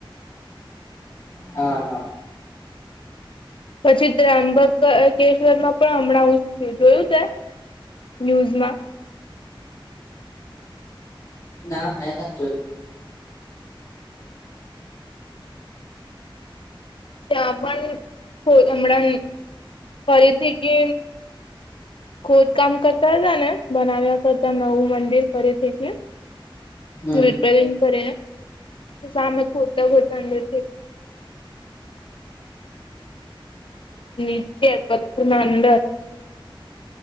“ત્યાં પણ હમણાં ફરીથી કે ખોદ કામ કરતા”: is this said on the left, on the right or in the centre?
Left